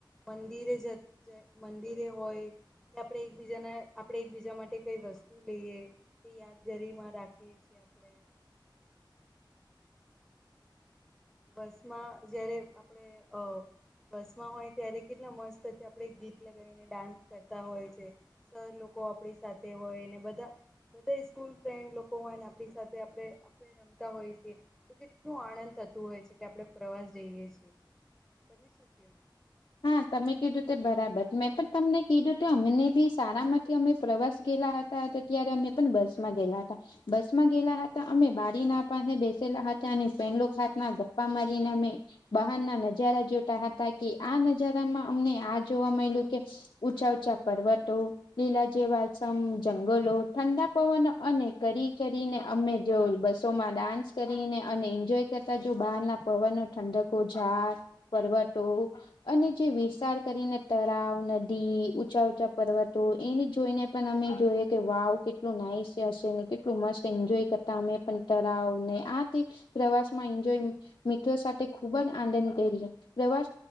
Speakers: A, in the centre; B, on the left.
A: મંદિરે જ જય મંદિરે હોય કે આપણે એકબીજાને આપડે એકબીજા માટે કઈ વસ્તુ લઈએ તે યાદગારીમાં રાખીએ છે, આપણે બસમાં જયારે આપડે અ બસમાં હોય ત્યારે કેટલા મસ્ત આપડે ગીત લગાવીને ડાન્સ કરતા હોય છે, સર લોકો આપણી સાથે હોયને બધા બધા સ્કૂલ ફ્રેન્ડ લોકો હોય ને આપણી સાથે આપડે આપણે રમતા હોય છએ તો કેટલું આનંદ હોય છે, કે આપણે પ્રવાસ જઈએ છીએ, તમે શું કે
B: હા, તમે કીધું તે બરાબર મેં પણ તમને કીધું અમને બી સારામાંથી અમે પ્રવાસ ગયા, ત્યારે અમે પણ બસ માં ગેલા હતા બસ માં ગયેલા હતા, અમે બારી ના પા બેસેલા હતા અને પહેલો ખાત ના ગપ્પા મારીને અમે બહાર ના નજારા જોતા હતા, કે આ નજારામાં અમને આ જોવા મળેલ્યું કે ઊંચા ઊંચા પર્વતો લીલા જેવા મ જંગલો ઠંડા પવનો અને કરી કરીને અમે જો બસો માં ડાન્સ કરીને, અને એન્જોય કરતા જો બહાર ના પવનો ઠંડકો ઝાડ પર્વટ અને જે વિસાર કરીને તળાવ નદી ઊંચા ંચા પર્વતો એની જોઈને, પણ અમે જોઈ કે વાવ કેટલું નાઈસ હશે, ને કેટલું મસ્ત એન્જોય કરતા અમે પણ તરાવ ને પ્રવાસમાંજ મિત્રો સાથે ખુબ જ આનંદ કરીએ, પ્રવાસ